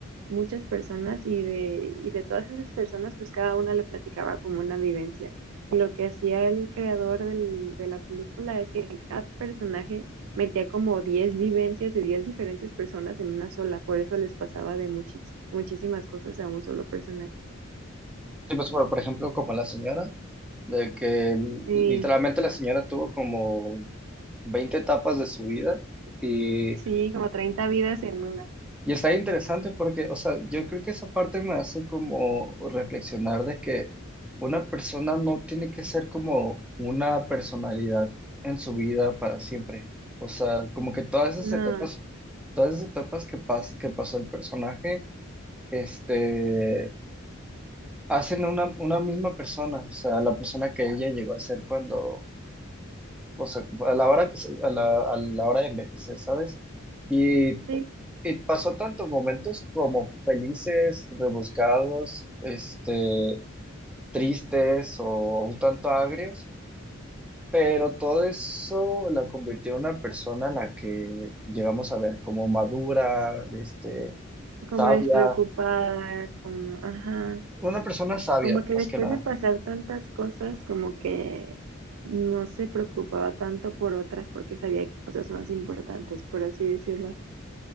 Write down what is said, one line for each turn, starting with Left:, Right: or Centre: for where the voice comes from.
Right: muchas personas y de, y de todas esas personas pues cada una le platicaba como una vivencia. Y lo que hacía el creador del- de la película es que en cada personaje metía como 10 vivencias de 10 diferentes personas en una sola, por eso les pasaba de muchis- muchísimas cosas a un solo personaje.
Centre: Sí, pues, por por ejemplo, como la señora. de que
Right: sí
Centre: literalmente la señora tuvo como 20 etapas de su vida y, y,
Right: Sí, como 30 vidas en una.
Centre: y está interesante porque, o sea, yo creo que esa parte me hace como reflexionar de que una persona no tiene que ser como una personalidad en su vida para siempre. O sea, como que todas esas
Right: No,
Centre: etapas, todas esas etapas que, pas- que pasó el personaje, este, hacen una, una misma persona, o sea, la persona que ella llegó a ser cuando o sea, a la hora que, se- a la, a la hora de envejecer, ¿sabes? Y,
Right: sí,
Centre: y pasó tantos momentos como felices, rebuscados, este, tristes o un tanto agrios, pero todo eso la convirtió en una persona en la que llegamos a ver como madura, este,
Right: como
Centre: sabia,
Right: despreocupada, como, ajá,
Centre: una persona sabia,
Right: como que
Centre: más
Right: después
Centre: que nada.
Right: de pasar tantas cosas, como que no se preocupaba tanto por otras porque sabía cosas más importantes, por así decirlo.